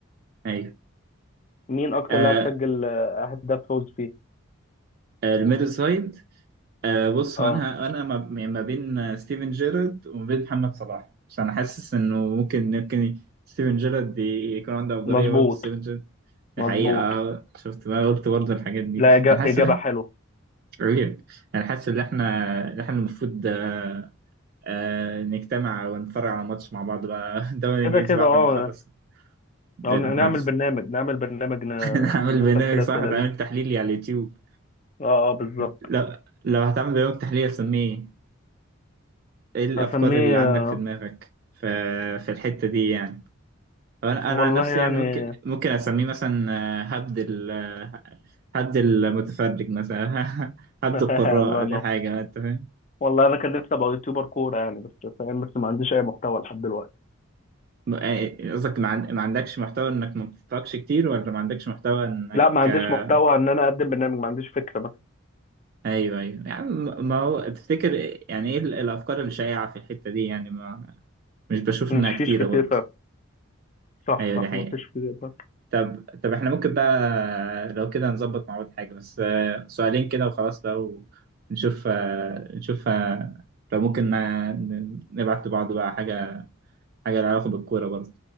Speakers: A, on the right; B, on the left.
A: ايوه
B: مين اكتر
A: آه،
B: لاعب سجل آه، اهداف فوز فيه
A: الميد سايد آه، بص
B: اه
A: هو انا انا ما يعني ما بين ستيفن جيرارد وما بين محمد صلاح عشان انا حاسس انه ممكن ممكن ستيفن جيرارد ي- يكون عنده افضليه
B: مظبوط
A: برضه ستيفن جيرارد دي
B: مظبوط
A: حقيقه آه، شفت ما قلت برضه الحاجات دي
B: لا إجا-
A: انا حاسس
B: اجابة
A: ان
B: حلوة
A: إحنا- عيب انا حاسس ان احنا ان احنا المفروض آه، آه، نجتمع ونتفرج على ماتش مع بعض بقى <laughs> الدوري الانجليزي
B: كده كده
A: بعد
B: اه
A: ما نخلص
B: أو
A: المحادثه
B: ن- نعمل برنامج نعمل برنامج ن-
A: <laughs> نعمل
B: نسأل
A: برنامج
B: فيه الأسئلة
A: صح نعمل
B: دي
A: تحليلي على اليوتيوب
B: اه اه بالظبط
A: لو لو هتعمل برنامج تحليل اسميه ايه الافكار
B: هسميه
A: اللي عندك في دماغك في في الحتة دي يعني أو انا
B: والله
A: انا عن نفسي
B: يعني
A: يعني ممكن ممكن اسميه مثلا آه، هبد ال آه، هبد المتفرج مثلا <laughs> هبد
B: <laughs>
A: القراء
B: الله ينور
A: دي حاجة انت فاهم
B: والله انا كان نفسي ابقى يوتيوبر كوره يعني بس فاهم بس ما عنديش اي محتوى لحد دلوقتي
A: م- آه، قصدك ما عن- ما عندكش محتوى انك ما بتتفرجش كتير ولا ما عندكش محتوى انك
B: لا ما عنديش
A: آه،
B: محتوى ان انا اقدم برنامج ما عنديش فكره بس
A: ايوه ايوه يعني م- ما هو تفتكر إيه- يعني ايه ال- الافكار الشائعة في الحتة دي يعني ما مش بشوف
B: مش
A: انها كتيرة
B: فيش كتير
A: برضه
B: فعلا. صح
A: ايوه
B: صح
A: دي حقيقة
B: ما فيش كتير فعلا.
A: طب طب احنا ممكن بقى لو كده نظبط مع بعض حاجة بس آه، سؤالين كده وخلاص بقى ونشوف آه، نشوف آه، لو ممكن آه، ن- نبعت لبعض بقى حاجة حاجة لها علاقة بالكورة برضه